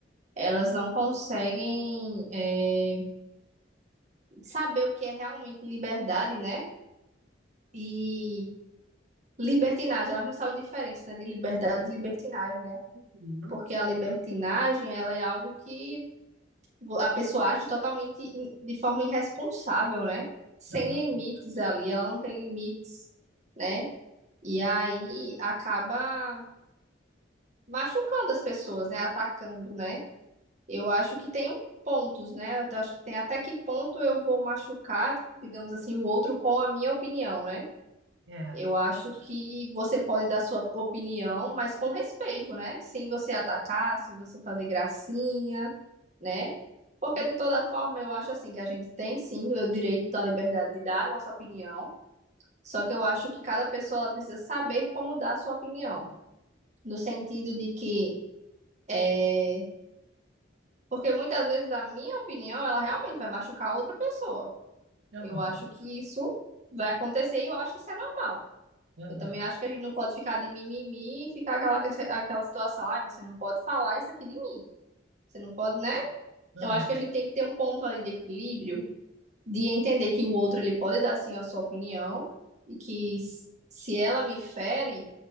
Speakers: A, on the right; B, on the right.
A: Elas não conseguem é, saber o que é realmente liberdade, né? E libertinagem. Elas não sabem a diferença, né, de liberdade e libertinagem, né?
B: Uhum.
A: Porque a libertinagem ela é algo que vo- a pessoa age totalmente in- de forma irresponsável, né? Sem
B: Aham,
A: limites ali, ela não tem limites, né? E aí acaba machucando as pessoas, né? Atacando, né? Eu acho que tem um- pontos, né? Eu acho que tem até que ponto eu vou machucar, digamos assim, o outro com a minha opinião, né?
B: É.
A: Eu acho que você pode dar sua opinião, mas com respeito, né? Sem você atacar, sem você fazer gracinha né? Porque
B: E-
A: de toda forma eu acho assim que a gente tem sim o direito da liberdade de dar a nossa opinião, só que eu acho que cada pessoa ela precisa saber como dar a sua opinião, no sentido de que é... porque muitas vezes a minha opinião ela realmente vai machucar a outra pessoa.
B: Aham,
A: Eu acho que isso vai acontecer e eu acho que isso é normal.
B: aham.
A: Eu também acho que a gente não pode ficar de mimimi e ficar aquela, aquela situação, ai, você não pode falar isso aqui de mim. Você não pode, né?
B: Aham.
A: Eu acho que a gente tem que ter um ponto ali de equilíbrio de entender que o outro ele pode dar sim a sua opinião e que s- se ela me fere,